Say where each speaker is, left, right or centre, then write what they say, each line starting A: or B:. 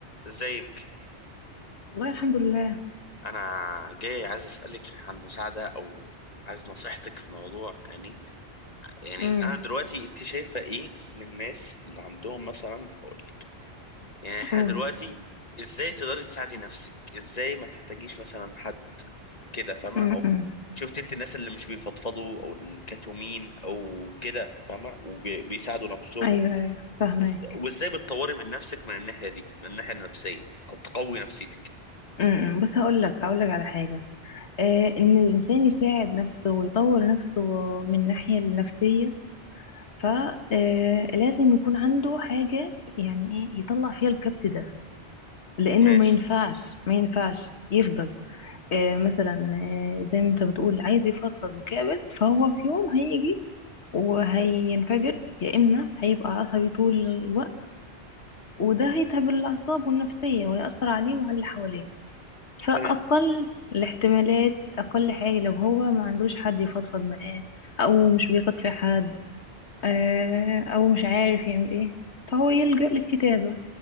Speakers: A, on the left; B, on the left.
A: ازيك
B: والله الحمد لله
A: انا جاي عايز اسالك عن مساعده او عايز نصيحتك في موضوع يعني يعني
B: امم
A: انا دلوقتي انت شايفه ايه من الناس اللي عندهم مثلا اقول لك يعني احنا
B: قول
A: دلوقتي ازاي تقدري تساعدي نفسك ازاي ما تحتاجيش مثلا حد كده فاهمه
B: امم
A: او شفت انت الناس اللي مش بيفضفضوا او الكتومين او كده فاهمه وبيساعدوا نفسهم
B: ايوه ايوه فاهمك
A: إز- وازاي بتطوري من نفسك من الناحيه دي من الناحيه النفسيه او تقوي نفسيتك
B: امم بس هقول لك هقول لك على حاجه آه ان الانسان يساعد نفسه ويطور نفسه من ناحيه النفسيه فلازم يكون عنده حاجه يعني ايه يطلع فيها الكبت ده لانه
A: ماشي
B: ما ينفعش ما ينفعش يفضل آه مثلا آه زي ما انت بتقول عايز يفضفض وكابت فهو في يوم هيجي وهينفجر يا اما هيبقى عصبي طول الوقت وده هيتعب الأعصاب والنفسية ويأثر عليه وعلى اللي حواليه فأقل
A: هل
B: الاحتمالات أقل حاجة لو هو ما عندوش حد يفضفض معاه أو مش بيثق في حد آه، أو مش عارف يعمل إيه فهو يلجأ للكتابة